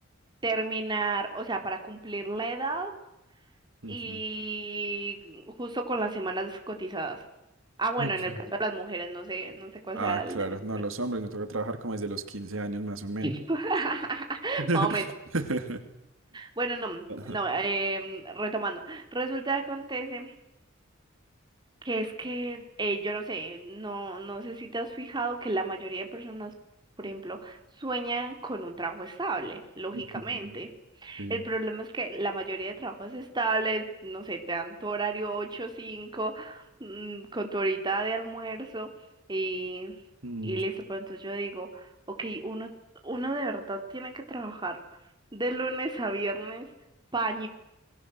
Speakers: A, on the right (about 20°); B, on the right (about 80°).
A: terminar, o sea, para cumplir la edad
B: Ujú.
A: y justo con las semanas cotizadas. Ah, bueno,
B: Ok.
A: en el caso de las mujeres, no sé, no sé cuál
B: Ah,
A: sea el
B: claro,
A: de los
B: no,
A: hombres.
B: los hombres me toca trabajar como desde los 15 años más o menos.
A: <laughs>
B: <laughs>
A: Más o menos. Bueno, no,
B: Ajá.
A: no, em, retomando. Resulta que acontece. Que es que, eh, yo no sé, no, no sé si te has fijado que la mayoría de personas, por ejemplo, sueñan con un trabajo estable, lógicamente.
B: Ujú. Sí.
A: El problema es que la mayoría de trabajos estables, no sé, te dan tu horario ocho cinco mm, con tu horita de almuerzo y,
B: Mm,
A: y listo. Pero entonces yo digo, ok, uno, uno de verdad tiene que trabajar de lunes a viernes para